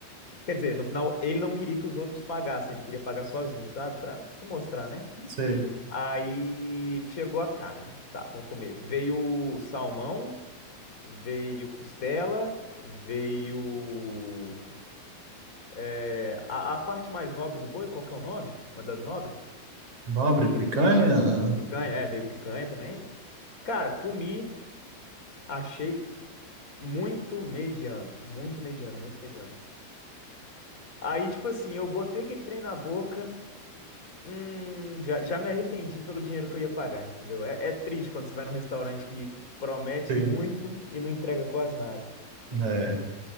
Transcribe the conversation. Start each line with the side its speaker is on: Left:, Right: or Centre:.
Left: Quer dizer, no final ele não queria que os outros pagassem. Ele queria pagar sozinho, sabe? Pra se mostrar, né?
Right: Sei.
Left: Aí chegou a carne. Tá, vamos comer. Veio salmão veio costela, veio é, a, a parte mais nobre do boi, qual que é o nome? Uma das nobres?
Right: Nobre,
Left: Que,
Right: picanha,
Left: picanha, é, veio picanha também. Cara, comi, achei muito mediano, muito mediano, muito mediano. Aí, tipo assim, eu botei aquele trem na boca, hum, já, já me arrependi pelo dinheiro que eu ia pagar, entendeu? É, é triste quando você vai num restaurante que promete
Right: Sim,
Left: muito e não entrega quase nada.
Right: é.